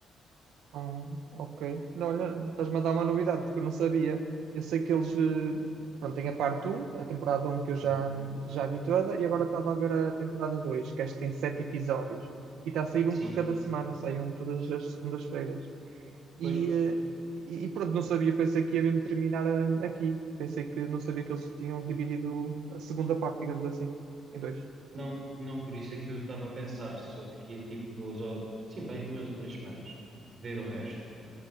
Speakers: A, on the right; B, on the right.
A: Ah, ok. Não, olha, estás-me a dar uma novidade, porque eu não sabia. Eu sei que eles, eh, pronto, tem a parte um a temporada um que eu já,
B: Uhum.
A: já vi toda, e agora estava a ver a temporada 2 que acho que tem 7 episódios. E está a sair um
B: Sim,
A: por cada semana, sai um todas as segundas-feiras. E,
B: pois
A: eh, e e pronto, não sabia, pensei que ia mesmo terminar ah, aqui. Pensei que não sabia que eles tinham dividido a segunda parte, digamos assim, em dois.
B: não, não por isso é que eu estava a pensar, só daqui a tipo duas ou sim, bem duas ou três semanas, ver o resto.